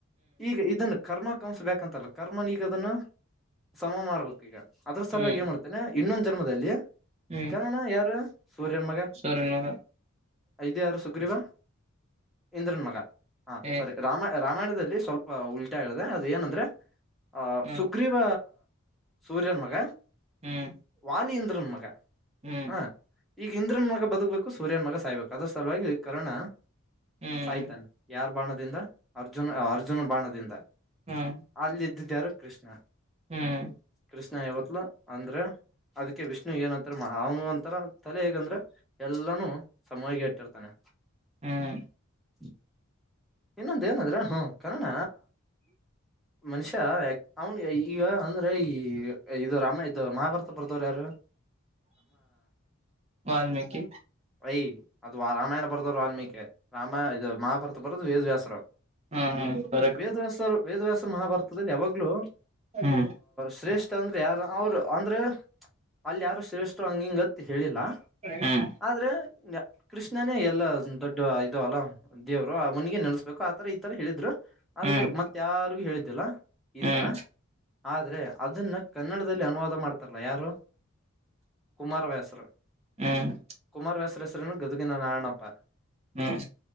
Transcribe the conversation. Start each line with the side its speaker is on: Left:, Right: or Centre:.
Centre: ಈಗ ಇದನ್ ಕರ್ಮ ಕಮಿಸ್ಬೇಕಂತಲ್ಲ ಕರ್ಮ ನೀಗ ಅದನ್ನು ಸಮ ಮಾಡ್ಬೇಕ್ ಈಗ ಅದ್ರ ಸಲುವಾಗಿ
Right: ಹ್ಮ್ ಹ್ಮ್
Centre: ಏನ್ ಮಾಡ್ತೇನೆ ಇನ್ನೊಂದು ಜನ್ಮದಲ್ಲಿ
Right: ಹ್ಮ್
Centre: ಕಾರಣ ಯಾರು ಸೂರ್ಯನ್ ಮಗ
Right: ಸೂರ್ಯನ್ ಮಗ
Centre: ಐದ ಯಾರು ಸುಗ್ರೀವ ಇಂದ್ರನ್ ಮಗ ಹಾ
Right: ಏ
Centre: ಸರಿ ರಾಮ ರಾಮಾಯಣದಲ್ಲಿ ಸ್ವಲ್ಪ ಉಲ್ಟ ಏಳಿದೆ ಅದು ಏನಂದ್ರೆ ಆ
Right: ಹ್ಮ್
Centre: ಸುಗ್ರೀವ ಸೂರ್ಯನ ಮಗ
Right: ಹ್ಮ್
Centre: ವಾಲಿ ಇಂದ್ರನ ಮಗ
Right: ಹ್ಮ್
Centre: ಹ ಈಗ ಇಂದ್ರನ್ ಮಗ ಬದುಕ್ಬೇಕು ಸೂರ್ಯನ್ ಮಗ ಸಾಯ್ಬೇಕು ಅದ ಸಲುವಾಗಿ ಕರ್ಣ
Right: ಹ್ಮ್
Centre: ಸಾಯ್ತಾನ ಯಾರ್ ಬಾಣದಿಂದ ಅರ್ಜುನ್ ಅರ್ಜುನ್ ಬಾಣದಿಂದ
Right: ಹ್ಮ್
Centre: ಅಲ್ಲಿದದು ಇದ್ಯಾರ ಕೃಷ್ಣ
Right: ಹ್ಮ್
Centre: ಕೃಷ್ಣ ಯಾವತ್ತುಲು ಅಂದರ ಅದಕ್ಕೆ ವಿಷ್ಣು ಏನಂತಾರೆ ಮಾವು ಅಂತರ ತಲೆ ಹೇಗಂದರೆ ಎಲ್ಲೂನು ಸಮಯಗೆ ಗೆಟ್ಟಿರ್ತಾನೆ
Right: ಹ್ಮ್
Centre: ಗ್ಲ್ ಇನ್ನೊಂದ ಏನಾದ್ರ ಹ ಕರ್ಣ ಮನುಷ್ಯ ಅವ ಈಗ ಅಂದ್ರೆ ಈ ಇದು ರಾಮ ಇದು ಮಹಾಭಾರತ ಬರ್ದವ್ರು ಯಾರು ಹೇಳಿ
Right: ವಾಲ್ಮೀಕಿ
Centre: ಐ ಅದು ಆ ರಾಮಾಯಣ ಬರ್ದವ್ರು ವಾಲ್ಮೀಕಿ ರಾಮ ಇದ ಮಾಭಾರತ ಬರದು ವೇದವ್ಯಾಸರ
Right: ಹ್ಮ್ ಹ್ಮ್ ಕರೆಕ್ಟ್
Centre: ವೇದವ್ಯಾಸರ ವೇದವ್ಯಾಸರ ಮಹಾಭಾರತದಲ್ಲಿ ಯಾವಾಗಲೂ
Right: ಹ್ಮ್
Centre: ಶ್ರೇಷ್ಠ ಅಂದ್ರೆ ಯಾರ ಅವರು ಅಂದ್ರೆ ಅಲ್ಲಿ ಯಾರು ಶ್ರೇಷ್ಟರು ಹಂಗಿಂಗತ್ ಹೇಳಿಲ್ಲ
Right: ಹ್ಮ್
Centre: ಆದ್ರೆ ನೆ <unintelligible> ಕೃಷ್ಣನೇ ಎಲ್ಲ ದೊಡ್ಡ ಲ್ಲ <unintelligible> ದದು <unintelligible> ಅವನಿಗೆ ನೆಸ್ಬೇಕು ಆತರ ಈ ತರ ಹೇಳಿದ್ರು ಆದ್ರೆ
Right: ಹ್ಮ್
Centre: ಮತ್ತ ಯಾರಿಗು ಹೇಳಿದ ಲ್ಲ <unintelligible> ಈ
Right: ಹ್ಮ್
Centre: ತರ ಆದ್ರೆ ಅದನ್ನ ಕನ್ನಡದಲ್ಲಿ ಅನುವಾದ ಮಾಡ್ತಾರಲ್ಲ ಯಾರು ಕುಮಾರ ವ್ಯಸ್ರು
Right: ಹ್ಮ್ ಹ್ಮ್
Centre: ಕುಮಾರ್ ವ್ಯಾಸ ಗದಗಿನ ನಾರಾಯಣಪ್ಪ
Right: ಹ್ಮ್